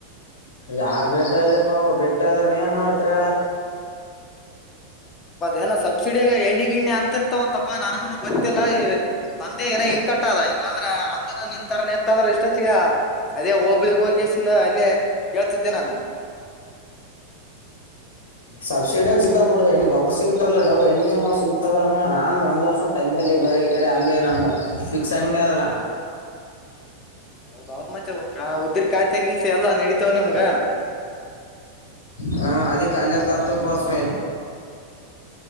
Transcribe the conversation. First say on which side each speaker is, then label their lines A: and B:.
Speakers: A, on the left; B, on the left.
A: ಯಾ ಬೆಟ್ಟ ಅ್ಯಪ್ಪಾ ಅವರು ಬೆಟ್ಟ ಆದ್ರ ನೀ ಏನ್ ಮಾಡ್ತಾರ ಹೇಳ
B: ಏನ ಸ ಸಬ್ಸಿಡಿಯ ಎಣ್ಣಿ ಗಿಣ್ಣಿ ಅಂತಿರ್ತವಂತಪ್ಪಾ ನನಗೂ ಗೊತ್ತಿಲ್ಲ ಈ ನಂದೇ ಏನ ಹಿಂ ಕಟ್ಟದ ಇಲ್ಲಾಂದ್ರೆ ಅಂಗ್ರ ನಿನ್ ತರ ನಿತ್ತ ಅಂದ್ರೆ ಇಷ್ಟತ್ತಗ ಅದೇ ಹೋಬಳಗ್ ಹೋಗಿಿಂದ ಅಲ್ಲೇ ಕೇಳ್ತಿದ್ದೆ ನಾನು ಹ
A: ಸಬ್ಸಿಡಿಯಗ ಸಿಗ್ತವ ಬಿಡು ಹೆಣ್ಣ ಗೊಬ್ಬ ಸಿಗತಾವಲ್ಲಡ್ ಎಣ್ಣೆ ಸಿಗತಾವ ನಾನ್ ಒಂದ್ರ್ಷ ತಂದ ಬರ ಈ ಕಡೆ ಅಂಗ ನಮ್ಮ ಫಕ್ಸ್ ಆಂಗ್ಡಿಯಾಡಲ್ಲಾ
B: <unintelligible> ಹೌದೌದ್ ಮತ್ತೆ ಉದ್ರ ಕಾಯತೆಗೀತೆ ಎಲ್ಲಾ ನಡತಾವ್ ನಿಮ್ಗ
A: ಹಾ ಅದಿಕ್ಕೆ ಅಲ್ಲಯ ತರತುಬೇಕ <inaudible>